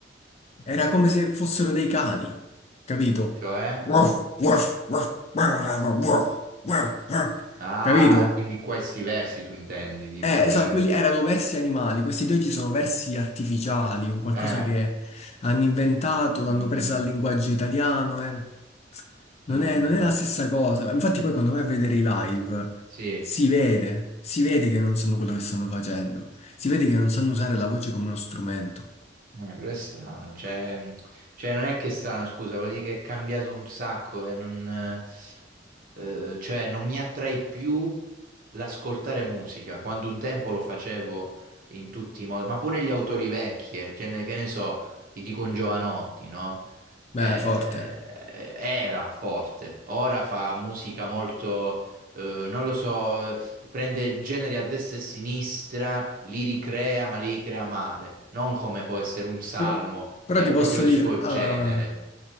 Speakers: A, on the left; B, on the right.
A: Era come se fossero dei cani, capito?
B: cioè...
A: Ruff, ruff, ruff, ruff, ruff, ruff. ruff.
B: Ah,
A: Capito?
B: quindi questi versi tu intendi, tipo
A: Eh,
B: il...
A: esatto, quelli erano versi animali, questi di oggi sono versi artificiali, un qualcosa
B: Eh,
A: che hanno inventato,
B: mm,
A: l'hanno presa dal linguaggio italiano, eh. Non
B: mm,
A: è, non è la stessa cosa. Infatti poi quando vai a vedere i live
B: sì,
A: si vede, si vede che non sanno quello che stanno facendo, si vede che non sanno usare la voce come uno strumento.
B: Eh, però è strano, cioè, mh, cioè non è che è strano, scusa, vuol dire che è cambiato un sacco e non, eh, eh, cioè, non mi attrae più l'ascoltare musica, quando un tempo lo facevo in tutti i modi, ma pure gli autori vecchi, eh, cioè, ne- che ne so, ti dico un Giovanotti, no? Eh,
A: Beh, forte.
B: eh, era forte, ora fa musica molto eh, non lo so, eh, prende generi a destra e a sinistra, li ricrea, ma li ricrea male. Non come può essere un salmo,
A: Però, però
B: che
A: ti
B: è
A: posso
B: proprio il
A: dire,
B: suo
A: ah,
B: genere.